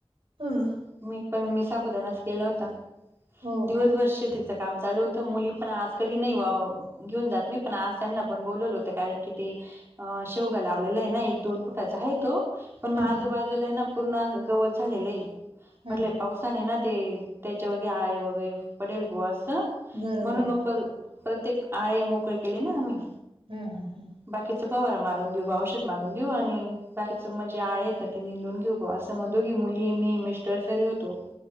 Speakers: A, on the right; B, on the right.
A: हम्मं
B: मी पणं मी साबुदांणचं केलां होतां
A: हो
B: दिवसंभरं
A: का?
B: शेतीत. कामं चालूं होतं मुली पणं आंज कधी नाहीं व्हांवा. घेऊन जाती नाहीं पण आंज त्यांना पणं बोलवलं होतं कारणं की ते. अं शेवगां लावलेला आहे नां एक दोन फुटांचा आहे तो. पणं
A: हा
B: आजूंबाजूंला
A: हा
B: नां पूर्ण असं गवतं झालेलं आहे.
A: हा
B: म्हंटले
A: हा
B: पावसांने ना ते त्यांच्यावरची आळे वगैरेंच्या पडेल गो असं.
A: बरोबर.
B: म्हणूंन मंग प्रत्येक आळे मोकळे केले नां आम्हीं
A: हम्मं हम्मं हम्मं
B: बाकीचा पवारांनी मारूंन देऊं बा औषध मारूंन देऊं आणि बाकीच मजं. जे आं आहेतं नां ती निंदूंन घेऊ असं म्हणतो की मुली मी मिस्टर्सरी होतो